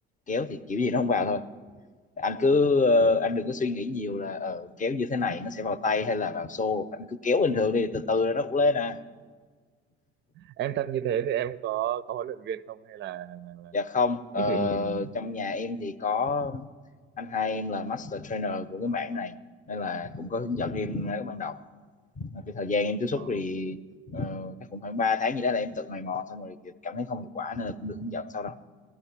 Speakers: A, on the left; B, on the right.
A: kéo thì kiểu gì nó không vào thôi anh cứ ờ,
B: Ờ.
A: anh đừng có suy nghĩ nhiều là ờ, kéo như thế này nó sẽ vào tay hay là vào xô anh cứ kéo bình thường đi từ từ rồi nó cũng lên à
B: em tập như thế thì em có có huấn luyện viên không hay là, là, là
A: dạ không ờ,
B: em tự nhìn
A: trong nhà em thì có anh hai em là master trainer của cái mảng này nên là cũng có hướng dẫn em ngay lúc ban đầu cái thời gian em tiếp xúc
B: ờ.
A: thì ờ, chắc cũng khoảng 3 tháng gì đó là em tự mày mò xong rồi kiểu cảm thấy không hiệu quả nên là cũng được hướng dẫn sau đó